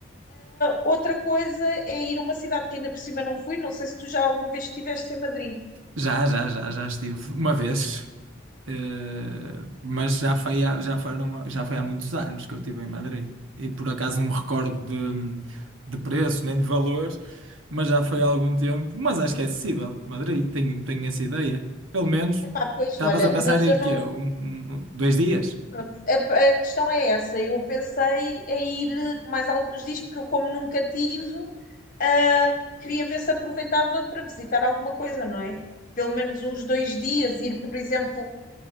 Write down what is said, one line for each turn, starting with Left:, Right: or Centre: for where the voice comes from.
Left: Outra coisa é ir a uma cidade que ainda por cima não fui, não sei se tu já alguma vez estiveste em Madrid.
Right: Já, já, já, já estive uma vez, eh, mas já foi há, já foram, já foi há muitos anos que eu estive em Madrid. E por acaso não me recordo de, de preço nem de valores, mas já foi há algum tempo. Mas acho que é acessível. Madrid, tenho, tenho essa ideia. Pelo menos
Left: Epá, pois,
Right: estavas
Left: olha,
Right: a pensar
Left: mas
Right: em
Left: eu
Right: ir
Left: não,
Right: quê? Um, um- dois dias?
Left: Pronto, a, a questão é essa. Eu pensei em ir eh, mais alguns dias, porque eu, como nunca tive, ah, queria ver se aproveitava para visitar alguma coisa, não é? Pelo menos uns dois dias, ir, por exemplo,